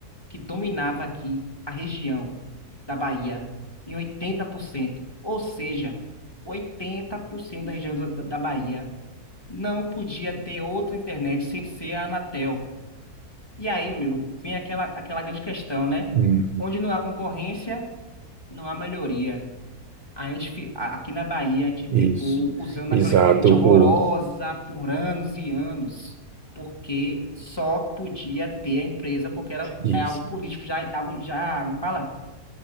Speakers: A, on the left; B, on the right.
A: que dominava aqui a região da Bahia em 80%. Ou seja, 80% da região da, da Bahia não podia ter outra internet sem ser a Anatel. E aí, meu amigo, vem aquela, aquela grande questão, né?
B: uhum,
A: Onde não há concorrência, não há melhoria. A gente, fi- a- aqui na Bahia, a gente
B: isso.
A: ficou usando
B: Exato.
A: aquela internet horrorosa
B: O,
A: por anos e anos, porque só podia ter a empresa, porque era,
B: isso,
A: é algo político, já, é algo, já, não fala?